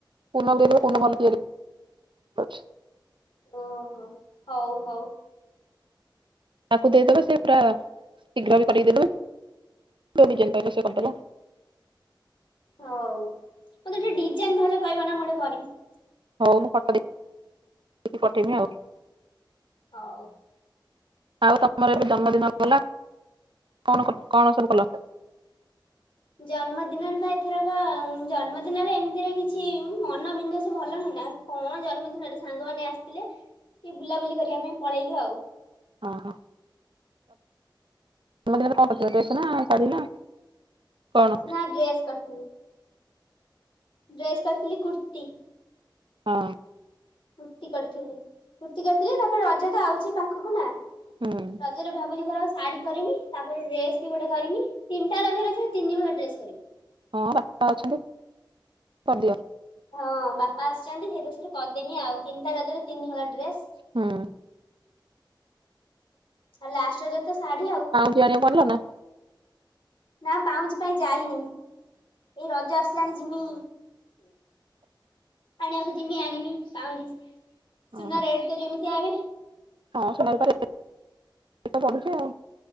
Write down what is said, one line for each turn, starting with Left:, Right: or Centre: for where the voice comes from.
Right: କୁନାଲ ଦେଇଦବେ କୁନା ଭଲ ତିଆରି କରଛି।
Left: ଓହୋ ହଉ ହଉ।
Right: ତାକୁ ଦେଇଦବ ସେ ପୁରା ଶୀଘ୍ର ବି କରିକି ଦେଇଦବ। ଯୋଉ ଡିଜାଇନ୍ ଟା ସିଏ କରିଦବ।
Left: ହଉ ମୋତେ ଟିକେ ଡିଜାଇନ୍ ଭାଉଜ କହିବ ନା ମୁଁ ଗୋଟେ କରିମି।
Right: ହଉ ମୁଁ ଫୋଟ ଦେଇକି ପଠେଇମି ଆଉ।
Left: ହଉ।
Right: ଆଉ ତମର ଏବେ ଜନ୍ମଦିନ ଗଲା କଣ କଣ ସବୁ କଲ।
Left: ଜନ୍ମଦିନରେ ତ ଏ ଥରକ ଜନ୍ମଦିନରେ ଏମିତିରେ କିଛି ମନ ବିନ୍ଦାସ ଭଲ ନାହିଁ ନା। କଣ ଜନ୍ମଦିନରେ ସାଙ୍ଗମାନେ ଆସିଥିଲେ ଟିକେ ବୁଲାବୁଲି କରିବା ପାଇଁ ପଳେଇଲୁ ଆଉ।
Right: ହଁ ହ। ଜନ୍ମ ଦିନରେ କଣ କରିଥିଲ ଡ୍ରେସ ନା ଶାଢ଼ୀ ନା କଣ।
Left: ନା ଡ୍ରେସ୍ କରିଥିଲି ଡ୍ରେସ୍ କରିଥିଲି କୁର୍ତ୍ତିୀ।
Right: ହଁ।
Left: କୁର୍ତି କରିଥିଲି କୁର୍ତ୍ତୀ କରିଥିଲି ତାପରେ ରଜ ତ ଆଉଚି ପାଖୁକୁ ନା।
Right: ହଁ।
Left: ରଜରେ ଭାବିଛି ଏଥରକ ଶାଢୀ କରିମି ତାପରେ ଡ୍ରେସ୍ ବି ଗୋଟେ କରିମି ତିିଟା ରଜରେ ତିନିହଳ ଡ୍ରେସ୍ କରିବି।
Right: ହଁ ବାପା ଅଛନ୍ତି କରିଦିଅ।
Left: ହଁ ବାପା ଆସିଛନ୍ତି ସେଇଦୋଷରୁ କରିଦେନି ଆଉ ତିନିଟା ରଜରେ ତିନି ହେଳ ଡ୍ରେସ।
Right: ହୁଁ।
Left: ଆଉ ଲାଷ୍ଟେ ରଜରେ ତଶାଢୀ ଆଉ।
Right: ଝିଆ ଣିଆକୁ ଆଣିଲ ନା?
Left: ନା ପାଉଁଜି ପାଇଁ ଯାଇନେହିଁ ଏଇ ରଜ ଆସିଲାଣି ଯିମି। ଆଣିବାକୁ ଯିମି ଆଣିମି ପାଉଁଜି
Right: ହଁ
Left: ସୁନା ରେଟେ ତ ଯେମିତିଆ ଏବେ।
Right: ହଁ ସମାଳି ପାରେ ସେତକରୁଚି ଆଉ।